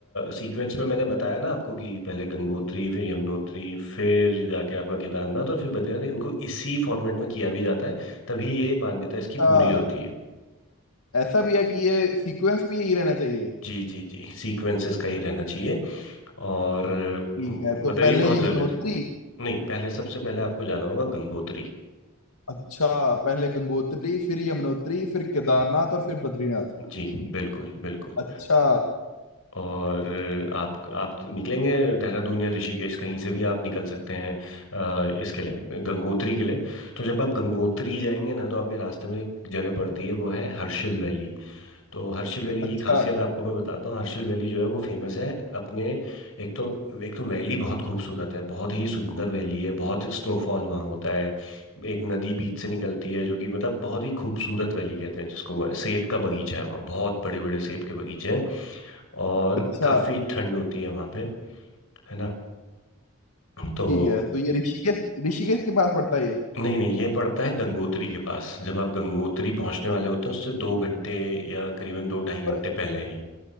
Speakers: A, on the left (about 70°); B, on the left (about 90°).
A: सीक्वेंस में मैंने बताया ना आपको कि पहले गंगोत्री फिर यमुनोत्री फिर जाके आपका केदारनाथ और फिर बद्रीनाथ इनको इसी फॉर्मेट में किया भी जाता है तभी ये मान्यता इसकी
B: अच्छा
A: पूरी होती है
B: ऐसा भी है कि ये सीक्वेंस भी यही रहना चाहिए
A: जी जी जी सीक्वेंस इसका ये रहना चाहिए और अम,
B: ठीक है तो
A: मतलब ये
B: पहले
A: बहुत जरूरी
B: यमुनोत्री
A: है नहीं पहले सबसे पहले आपको जाना होगा गंगोत्री
B: अच्छा पहले गंगोत्री फिर यमुनोत्री फिर केदारनाथ और फिर बद्रीनाथ
A: जी बिल्कुल बिल्कुल
B: अच्छा
A: और आप आप निकलेंगे देहरादून या ऋषिकेश कहीं से भी आप निकल सकते हैं अ, इसके लिए गंगोत्री के लिए तो जब आप गंगोत्री जाएंगे ना तो आपके रास्ते में एक जगह पड़ती है वो है हर्षिल वैली तो हर्षिल वैली
B: अच्छा
A: की खासियत आपको मैं बताता हूँ हर्षिल वैली जो है वो फेमस है अपने एक तो एक तो वैली बहुत खूबसूरत है बहुत ही सुंदर वैली है बहुत स्नोफॉल वहाँ होता है एक नदी बीच से निकलती है जो कि मतलब बहुत ही खूबसूरत वैली कहते हैं जिसको वो है सेब का बगीचा है वहाँ बहुत बड़े बड़े सेब के बगीचे हैं और
B: अच्छा
A: काफी ठंड होती है वहाँ पे है ना तो
B: ठीक है तो ये ऋषिकेश ऋषिकेश के पास पड़ता है ये
A: नहीं नहीं ये पड़ता है गंगोत्री के पास जब आप गंगोत्री पहुंचने वाले होते हैं उससे दो घंटे या करीबन दो ढाई
B: और
A: घंटे पहले हैं ये